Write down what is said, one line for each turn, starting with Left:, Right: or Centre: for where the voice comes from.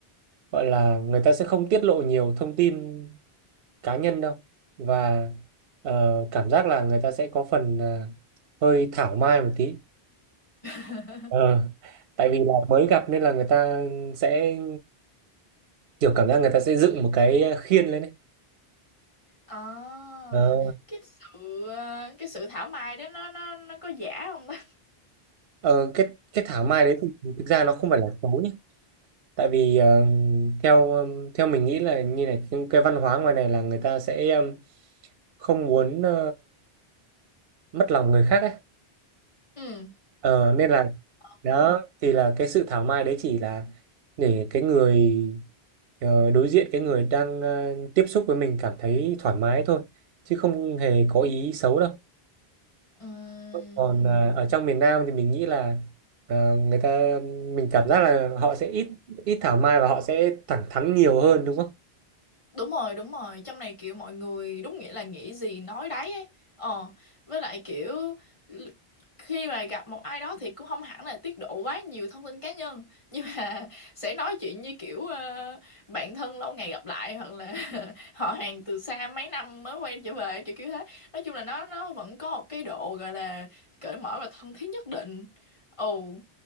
Right: gọi là người ta sẽ không tiết lộ nhiều thông tin cá nhân đâu và ờ, cảm giác là người ta sẽ có phần à, hơi thảo mai một tí
Left: <laughs>
Right: Ờ, tại vì là mới gặp nên là người ta sẽ kiểu cảm giác người ta sẽ dựng một cái khiên lên đấy.
Left: À,
Right: Ờ,
Left: cái sự ờ, cái sự thảo mai đó nó nó nó có giả không ta?
Right: ờ, cái cái thảo mai đấy thì thực ra nó không phải là xấu nhé. Tại vì ờ, theo ừm, theo mình nghĩ là như này cái cái văn hóa ngoài này là người ta sẽ ừm, không muốn ờ, mất lòng người khác ấy.
Left: Ừ.
Right: Ờ, nên là đó
Left: Ờ.
Right: thì là cái sự thảo mai đấy chỉ là để cái người Ờ, đối diện cái người đang ờ, tiếp xúc với mình cảm thấy thoải mái thôi chứ không hề có ý xấu đâu
Left: Ừm,
Right: còn ờ, ở trong miền Nam thì mình nghĩ là ờ, người ta mình cảm giác là họ sẽ ít ít thảo mai và họ sẽ thẳng thắn nhiều hơn đúng không
Left: đúng rồi đúng rồi trong này kiểu mọi người đúng nghĩa là nghĩ gì nói đấy ấy. ờ với lại kiểu l- khi mà gặp một ai đó thì cũng không hẳn là tiết lộ quá nhiều thông tin cá nhân nhưng mà <laughs> sẽ nói chuyện như kiểu ờ, bạn thân lâu ngày gặp lại hoặc là <laughs> họ hàng từ xa mấy năm mới quay trở về kiểu kiểu thế nói chung là nó nó vẫn có một cái độ gọi là cởi mở và thân thiết nhất định ồ